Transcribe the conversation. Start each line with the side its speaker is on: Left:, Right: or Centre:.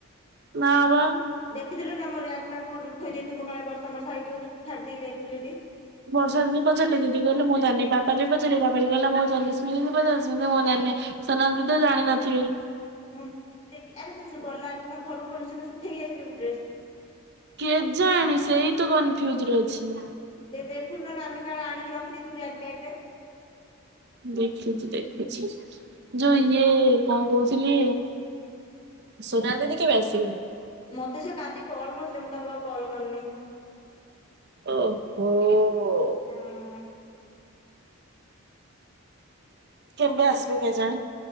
Right: ନା ବା
Left: ଦେଖିଦେଲୁନି ଆମର ରିୟାକ୍ ମା କଉଠି ରୁଠେଇ ଦେଇଥିମୁ। କାଳେ ବର୍ଷା, ମର୍ଷା ହେଇଥିବ, ତୁ ଛାଡି ଦେଇ ଯାଇଥିବୁ ଯଦି?
Right: ବର୍ଷା ଦିଦି ପଚାରିଲି ଦିଦି କହିଲେ ମୁଁ ଜାଣିନି। ପାପାଲି ପଚାରିଲି ପାପାଲି ଦେଇ କହିଲା ମୁଁ ଜାଣନି। ରଶ୍ମି ଦିଦି କି ପଚାରିଛି ମୁଁ ଜାଣନି। ସୋନାଲି ଦିଦି ତ ଜାଣିନଥିବେ।
Left: ହୁଁ ଦେଖି, ଆରେ ତୁ ସେ ଗଲା, ଯୋଉ ଦିନ ଘରୁକୁ ଗଲୁ ସେଦିନ ସୁଖେଇକି ଯାଇଥିଲୁ କି ଡ୍ରେସ?
Right: କେଜାଣି, ସେଇ ତ କନଫ୍ୟୁଜରେ ଅଛି।
Left: ଯେ ଦେଖୁନୁ ନହେଲେ ଆମେ କାଳେ ଆଣିକି ରଖିଦେଇଥିବୁ ରାଗ ମ୍ୟାଗ ରେ।
Right: ଦେଖୁଛି ଦେଖୁଛି
Left: ରେ
Right: ଯୋଉ ଇଏ କଣ କହୁଥିଲି। ସୁନା ଦିଦି କେବେ ଆସିବେ?
Left: ମତେ ସେ କାଲି କଲ୍ କରିଥିଲେ। ମୁଁ ତାଙ୍କୁ ଆଉ କଲ୍ କରିନି।
Right: ଓହୋ।
Left: ହଁ।
Right: କେବେ ଆସିବେ
Left: ହଁ
Right: କେଜାଣି।